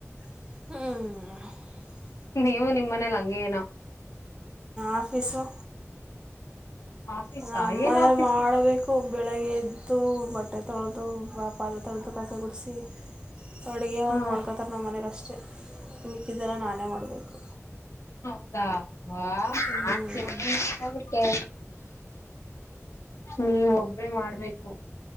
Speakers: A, on the right; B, on the left.
A: ಹ್ಮ್
B: ನೀವು ನಿಮ್ ಮನೇಲ್ ಹಂಗೆ ಏನೊ.
A: ಆಫೀಸು
B: ಆಫೀಸಾ
A: ನಮ್ಮನೆಲ್ಲ
B: ಏನ್ ಆಫೀಸ್
A: ಮಾಡ್ಬೇಕು ಬೆಳಿಗ್ಗೆ ಎದ್ದು ಬಟರ್ ತೊಳ್ದು ಬಾ ಪಾದ್ರೆ ತೋಳ್ದು ಕಸ ಗುಡ್ಸಿ. ಅಡ್ಗೆ
B: ಹಾ
A: ಒಂಡ್ ಮಾಡ್ಕೊರ್ ನಮ್ ಮನೆವ್ರ್ ಅಷ್ಟೇ ಮಿಕ್ಕಿದೆಲಾ ನಾನೇ ಮಾಡ್ಬೇಕು.
B: ಹೌದಾ ವಾ <unintelligible>
A: ಹ್ಮ್
B: ಟ್ಟೆ. ನೀವ್ ಒಬ್ಬರೆ ಮಾಡ್ಬೇಕು